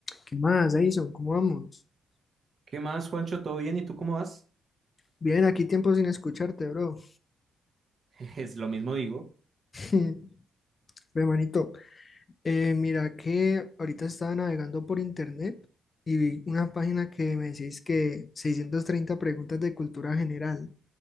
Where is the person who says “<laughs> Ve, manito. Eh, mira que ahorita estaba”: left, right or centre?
Left